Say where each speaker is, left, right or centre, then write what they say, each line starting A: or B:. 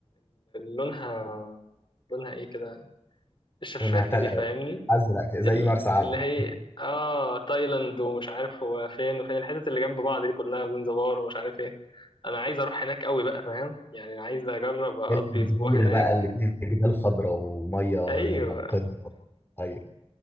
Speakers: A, on the left; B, on the left.
A: لونها لونها ايه كده الشفافه
B: لونها تلقى
A: دي فاهمني
B: ازرق كده، زي
A: ال-
B: مرسى علم
A: اللي هي اه تايلاند ومش عارف هو فين وفين الحتت اللي جنب بعض دي كلها زنزبار ومش عارف ايه انا عايز اروح هناك قوي بقى فاهم يعني عايز اجرب اقضي
B: هي الجزيرة
A: اسبوع هناك
B: بقى اللي فيها جبال خضراء ومية
A: ايوه
B: نقية ايوه